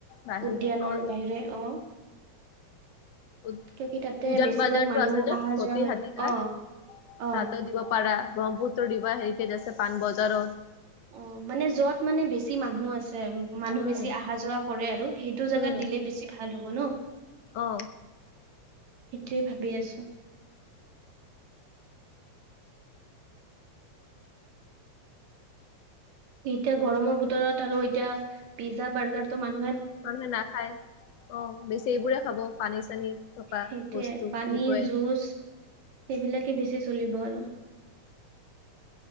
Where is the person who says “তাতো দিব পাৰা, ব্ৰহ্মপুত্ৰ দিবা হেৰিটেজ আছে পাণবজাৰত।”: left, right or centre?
Left